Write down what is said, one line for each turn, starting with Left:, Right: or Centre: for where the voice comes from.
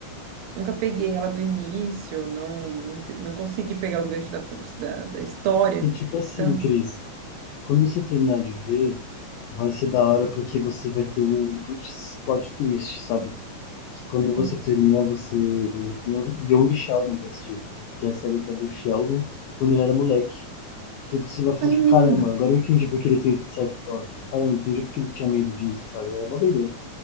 Right: nunca peguei ela do início, não, não, ent- não consegui pegar o gancho da, da, da história.
Left: E tipo assim,
Right: Então,
Left: Cris, quando você terminar de ver, vai ser da hora porque você vai ter um putz, plot twist, sabe? Que Quando
Right: sim.
Left: você termina, você tem o Young Sheldon pra assistir, que é a série que é do Sheldon quando ele era moleque. Que você vai falar,
Right: Ah,
Left: tipo, caramba, agora eu entendi porque ele tem certo toque. Caramba, eu entendi porque ele tinha medo disso, sabe? É uma doideira.